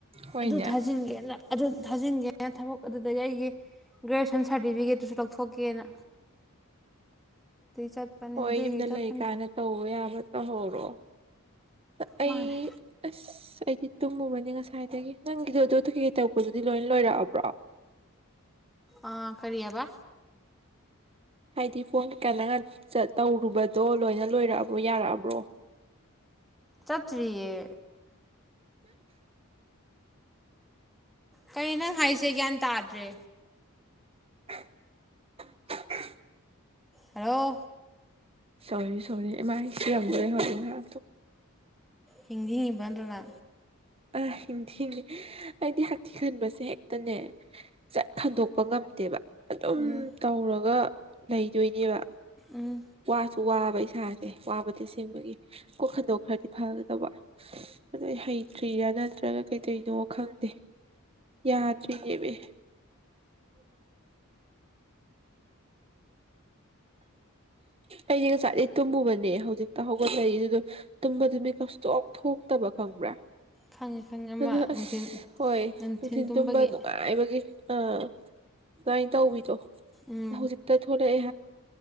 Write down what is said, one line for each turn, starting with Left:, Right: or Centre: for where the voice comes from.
Right: ꯍꯣꯏꯅꯦ
Centre: ꯑꯗꯨ ꯊꯥꯖꯤꯟꯒꯦ ꯑꯗꯨ ꯊꯥꯖꯤꯟꯒꯦꯅ ꯊꯕꯛ ꯑꯗꯨꯗꯒꯤ ꯑꯩꯒꯤ ꯒ꯭ꯔꯦꯖꯨꯦꯁꯟ ꯁꯥꯔꯇꯤꯐꯤꯀꯦꯠꯇꯨꯁꯨ ꯂꯧꯊꯣꯛꯀꯦꯅ ꯆꯠꯄꯅꯤ
Right: ꯍꯣꯏ
Centre: ꯑꯗꯨꯒꯤ
Right: ꯌꯨꯝꯗ
Centre: ꯆꯠꯄꯅꯤꯗ
Right: ꯂꯩ ꯀꯥꯏꯅ ꯇꯧꯕ ꯌꯥꯕ ꯇꯧꯍꯧꯔꯣ ꯑꯩ
Centre: ꯃꯥꯅꯦ
Right: ꯑ ꯁꯤ ꯇꯨꯝꯃꯨꯕꯅꯤ ꯉꯁꯥꯏꯗꯒꯤ ꯅꯪꯒꯤꯗꯣ ꯑꯗꯨ ꯀꯨꯈꯤꯀꯩ ꯇꯔꯛꯄꯗꯨꯗꯤ ꯂꯣꯏ ꯂꯣꯏꯔꯛꯑꯕ꯭ꯔꯣ
Centre: ꯑꯥ ꯈꯔꯤ ꯑꯕ
Right: ꯍꯥꯏꯗꯤ ꯐꯣꯟ ꯀꯩꯀꯥ ꯅ ꯇꯧꯔꯨꯕꯗꯣ ꯂꯣꯏꯅ ꯂꯣꯏꯔꯛꯑꯕ꯭ꯔꯣ ꯌꯥꯔꯛꯑꯕ꯭ꯔꯣ
Centre: ꯆꯠꯇꯔꯤꯌꯦ ꯀꯩꯅꯪ ꯍꯥꯏꯁꯦ ꯒ꯭ꯌꯥꯟ ꯇꯥꯗ꯭ꯔꯦ
Right: <unintelligible>
Centre: ꯍꯂꯣ
Right: ꯁꯣꯔꯤ ꯁꯣꯔꯤ ꯃꯥꯥꯏꯁꯤ ꯌꯥꯝ ꯍꯧꯔ
Centre: ꯍꯤꯡꯗꯤ ꯍꯤꯡꯏ ꯄꯨꯂ
Right: ꯑꯥ ꯍꯤꯡꯊꯤ ꯍꯤꯡꯉꯤ ꯑꯩꯗꯤ ꯍꯛꯊꯤ ꯈꯟꯕꯁꯦ ꯍꯦꯛꯇꯅꯦ ꯆꯠ ꯍꯟꯗꯣꯛꯄ ꯉꯝꯗꯦꯕ ꯑꯗꯨꯝ
Centre: ꯎꯝ
Right: ꯇꯧꯔꯒ ꯂꯩꯗꯣꯏꯅꯦꯕ
Centre: ꯎꯝ
Right: ꯋꯥꯁꯨ ꯋꯥꯕ ꯏꯁꯥꯁꯦ ꯋꯥꯕꯗꯤ ꯁꯦꯝꯕꯒꯤ ꯀꯣꯛ ꯈꯟꯗꯣꯛ ꯈ꯭ꯔꯗꯤ ꯐꯒꯗꯕ ꯑꯗ ꯍꯩꯇ꯭ꯔꯤꯔ ꯅ꯭ꯔ ꯅꯠꯇ꯭ꯔꯒ ꯀꯩꯗꯣꯏꯅꯣ ꯈꯪꯗꯦ ꯌꯥꯗ꯭ꯔꯤꯅꯦꯕ ꯑꯩꯁ ꯉꯁꯥꯏꯗꯒꯤ ꯇꯨꯝꯃꯨꯕꯅꯦ ꯍꯧꯖꯤꯛꯇ ꯍꯧꯒꯠꯂꯛꯏ ꯑꯗꯨꯗꯣ ꯇꯨꯝꯕꯗꯨ ꯃꯤ ꯀꯁꯇꯣꯛꯞ ꯊꯣꯛꯇꯕ ꯈꯪꯕ꯭ꯔꯥ
Centre: ꯈꯪꯉꯦ ꯈꯪꯉꯦ ꯑꯃ
Right: ꯑꯗꯣ ꯑꯁ
Centre: ꯅꯨꯡꯊꯤꯟ
Right: ꯍꯣꯏ
Centre: ꯅꯨꯡꯊꯤꯟ
Right: ꯅꯨꯡꯊꯤꯟꯜ
Centre: ꯇꯨꯝꯕꯒꯤ
Right: ꯇꯨꯝꯕ ꯅꯨꯡꯉꯥꯏꯕꯒꯤ ꯑꯥ ꯀꯃꯥꯏꯅ ꯇꯧꯕꯤꯗꯣ
Centre: ꯎꯝ
Right: ꯍꯧꯖꯤꯛꯇ ꯊꯔ ꯏ